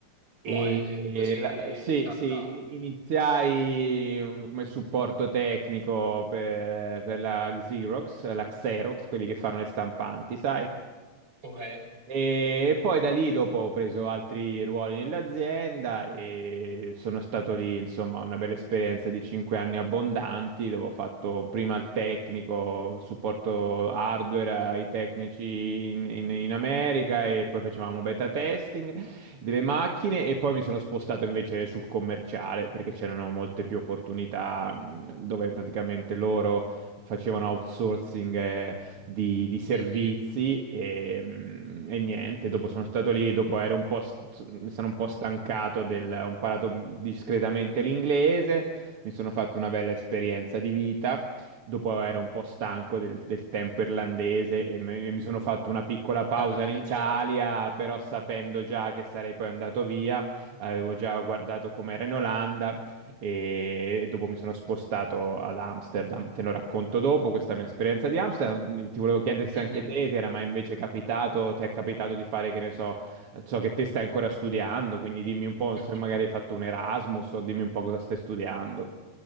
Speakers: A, on the right; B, on the right.
A: E
B: boh, de, così
A: la- sì,
B: ta
A: sì,
B: ta.
A: in- iniziai un- come supporto tecnico per, per la Xerox, la Xerox, quelli che fanno le stampanti, sai?
B: Ok?
A: E poi da lì dopo ho preso altri ruoli nell'azienda e sono stato lì, insomma, una bella esperienza di cinque anni abbondanti, dove ho fatto prima il tecnico, supporto hardware ai tecnici in, in- in America e poi facevamo beta testing delle macchine e poi mi sono spostato invece sul commerciale perché c'erano molte più opportunità mh, dove praticamente loro facevano outsourcing. eh, di, di servizi
B: Mhm.
A: e, mm, e niente, dopo sono stato lì, dopo ero un po', st- mi sono un po' stancato del, ho imparato discretamente l'inglese, mi sono fatto una bella esperienza di vita, dopo ero un po' stanco del, del tempo irlandese e me- e mi sono fatto una piccola pausa
B: <laughs>
A: in Italia,
B: Certo.
A: però sapendo già che sarei poi andato via avevo già guardato com'era in Olanda e dopo mi sono spostato ad Amsterdam. Te lo racconto dopo, questa mia esperienza di Amsterdam. Ti volevo chiedere se
B: Mhm,
A: anche te ti era mai invece capitato, ti è capitato di fare, che ne so, ciò che te stai ancora studiando, quindi dimmi un po'
B: mhm.
A: se magari hai fatto un Erasmus o dimmi un po' cosa stai studiando.